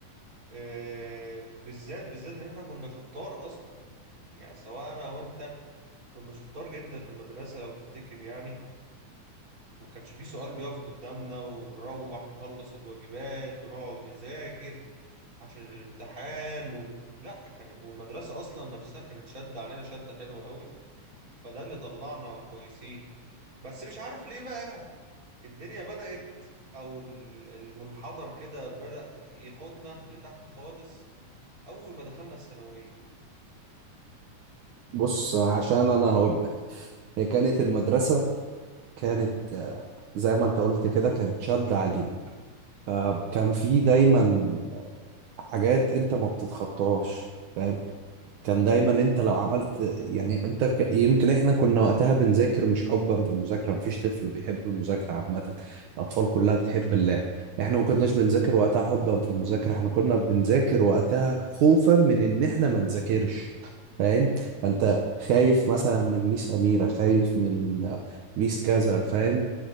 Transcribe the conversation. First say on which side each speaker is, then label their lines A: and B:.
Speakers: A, on the right (about 25°); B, on the right (about 70°).
A: إيه بالذات بالذات ان احنا كنا شطار اصلا يعني سواء انا وانت كنا شطار جدا في المدرسه لو تفتكر يعني وكانش فيه سؤال بيقف قدامنا ونروح نخلص الواجبات ونقعد نذاكر عشان الامتحان و... لا كان والمدرسة أصلا نفسها كانت شدة علينا شدة حلوة قوي فده اللي طلعنا كويسين بس مش عارف ليه بقى الدنيا بدأت أو ال- المنحدر كده بدأ ياخدنا لتحت خالص أول ما دخلنا الثانوية
B: بص عشان انا هقول لك هي كانت المدرسه كانت آه، زي ما انت قلت كده كانت شد علينا فكان في دايما حاجات انت ما بتتخطاهاش فاهم كان دايما انت لو عملت يعني انت ك... يمكن احنا كنا وقتها بنذاكر مش حبا في المذاكره مفيش طفل بيحب المذاكره عامه الاطفال كلها بتحب اللعب احنا ما كناش بنذاكر وقتها حبا في المذاكره احنا كنا بنذاكر وقتها خوفا من ان احنا ما نذاكرش فاهم فانت خايف مثلا من ميس اميره خايف من ميس كذا فاهم